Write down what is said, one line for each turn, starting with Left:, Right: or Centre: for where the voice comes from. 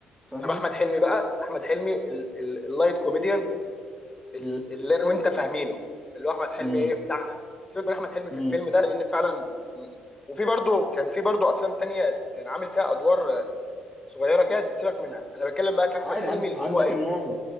Centre: فاهم
Left: طب احمد حلمي بقى احمد حلمي ال- ال- اللايت كوميديان ال-
Centre: امم
Left: اللي انا وانت فاهمينه اللي هو احمد حلمي
Centre: امم
Left: ايه بتاعنا سيبك من احمد حلمي
Centre: امم
Left: في الفيلم ده لان فعلا وفي برضه كان في برضه افلام تانية كان عامل فيها ادوار آه، صغيره كده سيبك منها انا بتكلم بقى كاحمد
Centre: عادي
Left: حلمي
Centre: عند...
Left: اللي
Centre: عندك
Left: هو ايه
Centre: الناظر